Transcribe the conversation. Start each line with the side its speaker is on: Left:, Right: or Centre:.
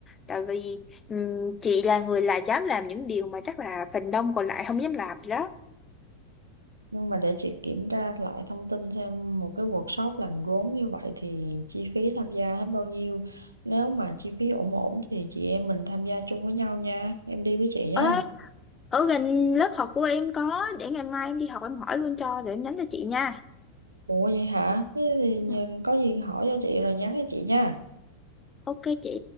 Left: tại vì ừm, chị là người là dám làm những điều mà chắc là phần đông còn lại không dám làm đó
Right: nhưng mà để chị kiểm tra lại thông tin xem một cái workshop làm gốm như vậy thì chi phí tham gia hết bao nhiêu nếu mà chi phí ổn ổn thì chị em mình tham gia chung với nhau nha em đi với chị nha
Left: Ê, ở gần lớp học của em có để ngày mai em đi học em hỏi luôn cho rồi em nhắn cho chị nha.
Right: ủa vậy hả thế thì nhờ-
Left: Ừ.
Right: có gì hỏi cho chị rồi nhắn cho chị nha
Left: Ok chị.